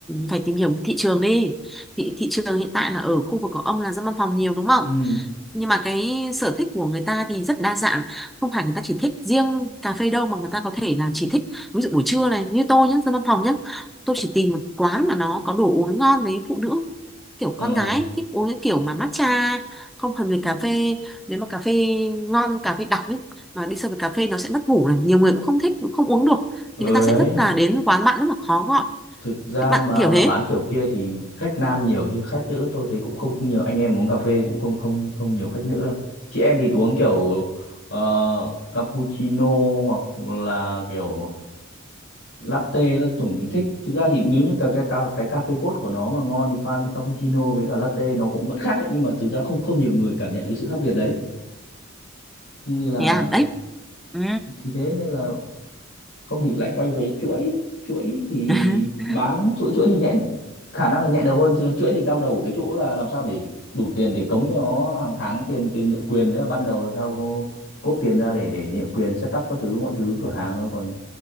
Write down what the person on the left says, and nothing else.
ừ
ờ
ừ
đấy
thực ra
mà
mà
bán kiểu kia thì khách nam nhiều chứ khách nữ tôi thấy cũng không nhiều anh em uống cà phê cũng không không không nhiều khách nữ đâu chị em thì uống kiểu ờ, cappuccino hoặc là kiểu latte là tổng thì thích thực ra thì nếu như cái cái cái, cái cà phê cốt của nó mà ngon thì pha cappuccino với cả latte nó cũng vẫn khác ấy, nhưng mà thực ra không không nhiều người cảm nhận được cái sự khác biệt đấy nên là
thì thế nên là không thì lại quay về chuỗi chuỗi thì
bán chuỗi chuỗi thì nhẹ khả năng là nhẹ đầu hơn chứ chuỗi thì đau đầu ở cái chỗ là làm sao để đủ tiền để cống cho nó hàng tháng tiền tiền nhượng quyền với là ban đầu làm sao cô cốp tiền ra để để nhượng quyền setup các thứ mọi thứ cửa hàng nó còn